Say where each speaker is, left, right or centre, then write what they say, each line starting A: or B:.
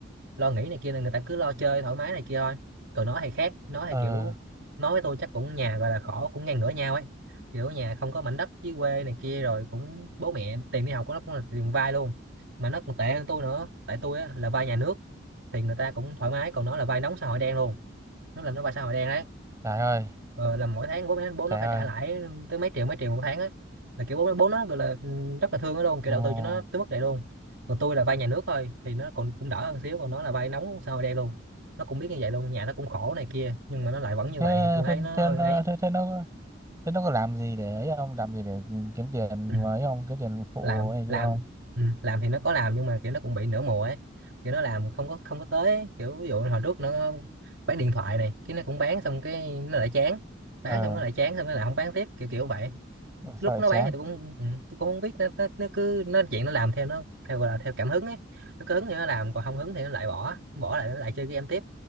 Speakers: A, on the right (about 70°); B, on the right (about 15°).
A: lo nghĩ này kia nên người ta cứ lo chơi thoải mái này kia thôi còn nó thì khác nó thì
B: ờ
A: kiểu nói với tôi chắc cũng nhà gọi là khổ cũng ngang ngửa nhau ấy kiểu nhà không có mảnh đất dưới quê này kia rồi cũng bố mẹ tiền đi học của nó cũng là tiền vay luôn mà nó còn tệ hơn tôi nữa tại tôi á là vay nhà nước thì người ta cũng thoải mái còn nó là vay nóng xã hội đen luôn nó là nó vay xã hội đen đấy
B: trời ơi
A: ờ, là mỗi tháng bố nó bố
B: trời
A: nó phải
B: ơi
A: trả lãi tới mấy triệu mấy triệu một tháng á là kiểu bố bố nó gọi là ừ, rất là thương nó luôn kiểu
B: ồ
A: đầu tư cho nó tới mức này luôn còn tôi là vay nhà nước thôi thì nó còn cũng đỡ hơn xíu còn nó là vay nóng sao đây luôn nó cũng biết như vậy luôn nhà nó cũng khổ này kia nhưng mà nó lại vẫn như
B: thế
A: vậy thì tôi thấy
B: thế
A: nó
B: thế
A: hơi
B: nó-
A: ấy
B: thế, thế nó thế nó có làm gì để ấy không làm gì để kiếm tiền
A: ừ.
B: với không kiếm tiền phụ
A: làm
B: này
A: làm
B: kia không
A: ừ. làm thì nó có làm nhưng mà kiểu nó cũng bị nửa mùa ấy kiểu nó làm không có không có tới ấy. kiểu ví dụ hồi trước nó bán điện thoại này cái nó cũng bán xong cái nó lại chán bán
B: ờ
A: xong nó lại chán xong nó lại không bán tiếp kiểu kiểu vậy
B: sao
A: lúc
B: lại
A: nó
B: chán
A: bán thì tôi cũng ừ, tôi cũng không biết nó, nó, nó cứ nó chuyện nó làm theo nó theo gọi là theo cảm hứng ấy nó cứ hứng thì nó làm còn không hứng thì nó lại bỏ bỏ lại nó lại chơi game tiếp